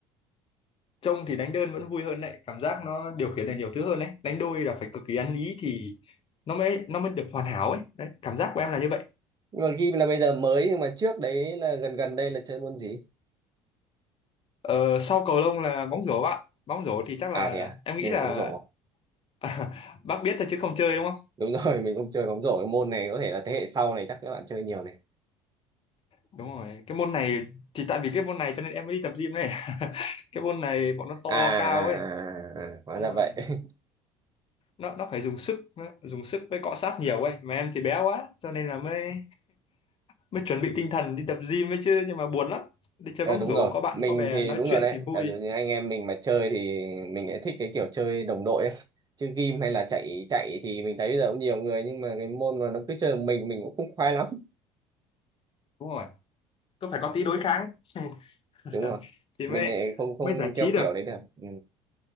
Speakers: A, on the left; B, on the right.
A: trông thì đánh đơn vẫn vui hơn đấy, cảm giác nó điều khiển được nhiều thứ hơn đấy. Đánh đôi là phải cực kỳ ăn ý thì nó mới nó mới được hoàn hảo ấy. Đấy, cảm giác của em là như vậy.
B: nhưng mà ghi là bây giờ mới nhưng mà trước đấy là gần gần đây là chơi môn gì
A: Ờ, sau cầu lông là bóng rổ bạn. Bóng rổ thì chắc
B: à
A: là
B: thế à
A: em nghĩ
B: chơi
A: là
B: bóng rổ
A: <laughs> À, bác biết thôi chứ không chơi đúng không?
B: đúng rồi <laughs> mình cũng chơi bóng rổ cái môn này có thể là thế hệ sau này chắc các bạn chơi nhiều này
A: Đúng rồi. Cái môn này thì tại vì cái môn này cho nên em mới đi tập gym này. <laughs> Cái môn này bọn nó to
B: à, à, à,
A: cao ấy.
B: à, à, à, hóa
A: Đúng
B: ra vậy
A: rồi.
B: <laughs>
A: Nó nó phải dùng sức, nó dùng sức với cọ sát nhiều ấy. Mà em thì bé quá, cho nên là mới mới chuẩn bị tinh thần đi tập gym ấy chứ. Nhưng mà buồn lắm. Đi chơi
B: ờ
A: bóng
B: đúng
A: rổ
B: rồi
A: có bạn
B: mình
A: có bè
B: thì
A: nói
B: đúng
A: chuyện
B: rồi đấy
A: thì vui.
B: giả dụ như anh em mình mà chơi thì mình lại thích cái kiểu chơi đồng đội ấy. chứ game hay là chạy chạy thì mình thấy bây giờ cũng nhiều người nhưng mà cái môn mà nó cứ chơi một mình mình cũng không khoái lắm
A: Đúng rồi. Có phải có tí đối kháng. <laughs>
B: đúng rồi
A: thì
B: mình
A: mới
B: lại không không
A: mới giải trí
B: theo
A: được.
B: kiểu đấy được ừ.